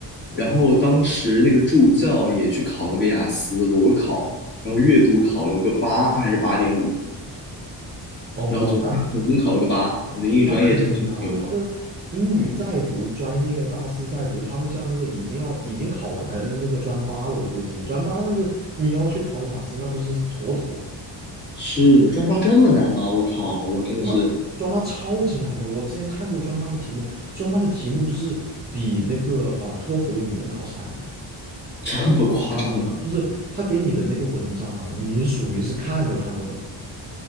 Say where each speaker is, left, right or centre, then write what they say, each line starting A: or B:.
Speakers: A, on the left (about 25°); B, on the right (about 20°).
A: 然后当时那个助教也去考了个雅思裸考，然后阅读考了个八还是八点五，
B: 哦，
A: 然后总分总分考了个八。我的英语专业真的是牛。
B: 那肯定啊，他们英语在读，专业大四在读，他们像这个已经要已经考完那个专八了，我估计专八那个你要去考雅思，那不是妥妥的吗？
A: 是的，专八这么难吗？我靠，我真的是
B: 专八专八超级难的，我之前看过专八的题目，专八的题目就是比那个啊、呃托福的语言考试还要难，
A: <laughs> 这么夸张的，
B: 夸张的，就是他给你的那个文章啊，你属于是看都看不懂，